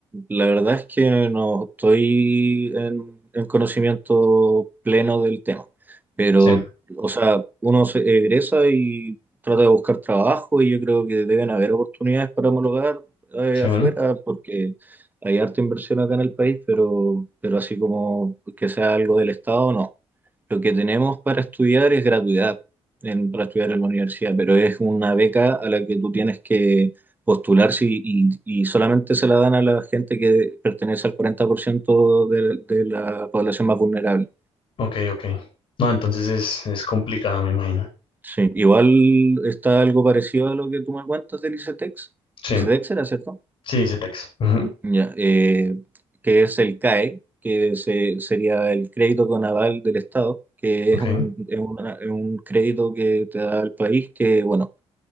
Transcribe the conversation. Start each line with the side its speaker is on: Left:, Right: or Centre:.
Right: la verdad es que no estoy en, en conocimiento pleno del tema, pero,
Left: Sí,
Right: o sea, uno se egresa y trata de buscar trabajo y yo creo que deben haber oportunidades para homologar eh,
Left: sí, ¿no?
Right: afuera porque hay harta inversión acá en el país, pero, pero así como que sea algo del Estado, no. Lo que tenemos para estudiar es gratuidad en- para estudiar en la universidad, pero es una beca a la que tú tienes que postularse y, y, y solamente se la dan a la gente que pertenece al 40% de, de la población más vulnerable.
Left: ok, ok. No, entonces es, es complicado, me imagino.
Right: Sí, igual está algo parecido a lo que tú me cuentas del ICETEX.
Left: Sí,
Right: ICETEX era, ¿cierto?
Left: sí, dice Tex. Ujú,
Right: Ya, eh, que es el CAE, que se- sería el crédito con aval del Estado, que
Left: Ok,
Right: es un, es una- es un crédito que te da el país que, bueno,